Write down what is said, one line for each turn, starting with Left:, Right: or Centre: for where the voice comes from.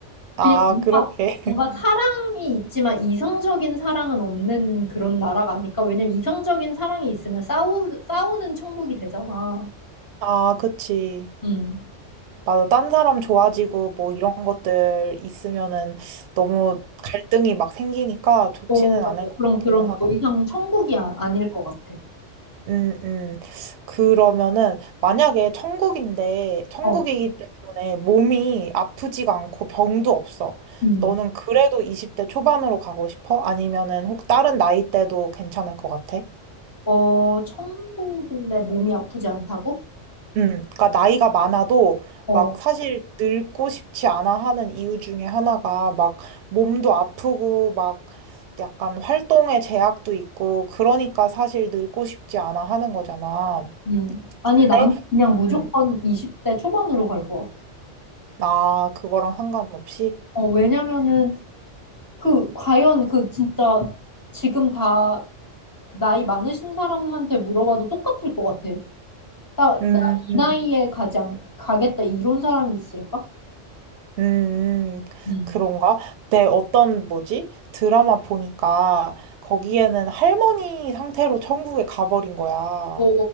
Right: 아,
Left: 그냥 뭔가,
Right: 그렇게. <laughs>
Left: 뭔가 사랑이 있지만 이성적인 사랑은 없는 그런 나라가 아닐까? 왜냐면 이성적인 사랑이 있으면 싸우, 싸우는 천국이 되잖아.
Right: 아, 그치.
Left: 음.
Right: 맞아. 딴 사람 좋아지고 뭐 이런 것들 있으면은 너무 갈등이 막 생기니까 좋지는
Left: 어, 맞아.
Right: 않을 것
Left: 그럼,
Right: 같기는
Left: 그럼
Right: 하다.
Left: 더 이상 천국이 아, 아닐 것 같아.
Right: 음, 음. 그러면은, 만약에 천국인데, 천국이기
Left: 어,
Right: 때문에 몸이 아프지가 않고 병도 없어.
Left: 음.
Right: 너는 그래도 20대 초반으로 가고 싶어? 아니면은 혹 다른 나이대도 괜찮을 것 같아?
Left: 어, 천국인데 몸이 아프지 않다고?
Right: 음, 그러니까 나이가 많아도
Left: 어,
Right: 막 사실 늙고 싶지 않아 하는 이유 중에 하나가 막 몸도 아프고 막 약간 활동에 제약도 있고 그러니까 사실 늙고 싶지 않아 하는 거잖아.
Left: 음. 아니,
Right: 근데
Left: 나는 그냥 무조건
Right: 음,
Left: 20대 초반으로 갈 것 같아.
Right: 아, 그거랑 상관없이?
Left: 어, 왜냐면은, 그, 과연 그 진짜 지금 다 나이 많으신 사람한테 물어봐도 똑같을 것 같아. 나,
Right: 음,
Left: 나 이
Right: 음,
Left: 나이에 가지 않, 가겠다 이런 사람이 있을까?
Right: 음,
Left: 음.
Right: 그런가? 내 어떤, 뭐지? 드라마 보니까 거기에는 할머니 상태로 천국에 가버린 거야.
Left: 어,